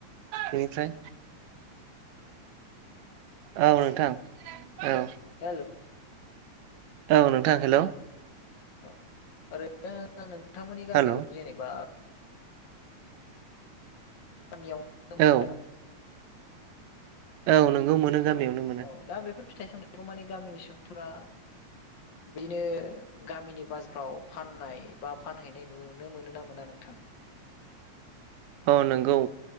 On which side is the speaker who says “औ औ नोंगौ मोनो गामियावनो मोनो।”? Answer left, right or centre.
Right